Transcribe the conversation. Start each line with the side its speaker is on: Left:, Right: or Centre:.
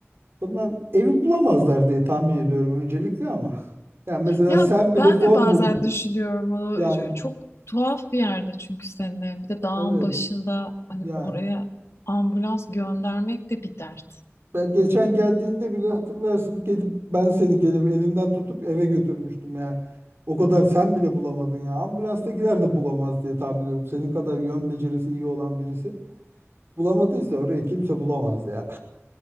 Right: Bunlar evi bulamazlar diye tahmin ediyorum öncelikle ama. <laughs> Yani mesela
Left: Ya
Right: sen bile
Left: ben
Right: zor
Left: de bazen
Right: bul.
Left: düşünüyorum onu.
Right: Yani
Left: Ç- Çok tuhaf bir yerde çünkü senin Bir de dağın
Right: evet
Left: başında
Right: yani
Left: hani oraya ambulans göndermek de bir dert.
Right: ben geçen geldiğinde bile hatırlarsın gelip ben seni gelip elinden tutup eve götürmüştüm ya. O kadar sen bile bulamadın ya. Ambulanstakiler de bulamaz diye tahmin ediyorum. Senin kadar yön becerisi iyi olan birisi bulamadıysa orayı kimse bulamaz ya.